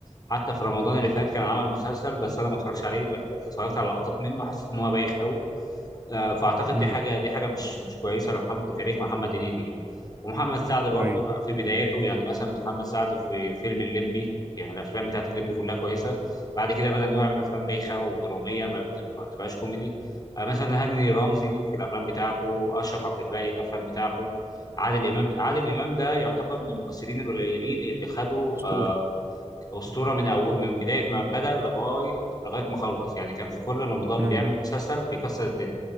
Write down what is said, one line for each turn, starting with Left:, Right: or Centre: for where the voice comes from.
Left: حتى في رمضان اللي فات كان عمل مسلسل بس انا ما اتفرجش عليه لا اتفرجت على لقطات منه حسيت ان هو بايخ قوي آه، فاعتقد
Right: امم
Left: دي حاجه دي حاجه مش مش كويسه لمحمد لتاريخ محمد هنيدي يعني ومحمد سعد برضه
Right: اي
Left: ف- في بداياته يعني مثلا محمد سعد في فيلم الليمبي يعني الافلام بتاعت الليمبي كلها كويسه بعد كده بدا انه يعمل افلام بايخه ودراميه ما بت- ما بتبقاش كوميدي آه، مثلا هاني رمزي في الافلام بتاعته اشرف عبد الباقي الافلام بتاعته عادل امام عادل امام ده يعتبر من الممثلين القليلين اللي خدوا
Right: اسطوره
Left: آه، اسطوره من اول من بدايه ما بدا لغايه لغايه ما خلص يعني كان في كل رمضان
Right: امم
Left: بيعمل مسلسل بيكسر الدنيا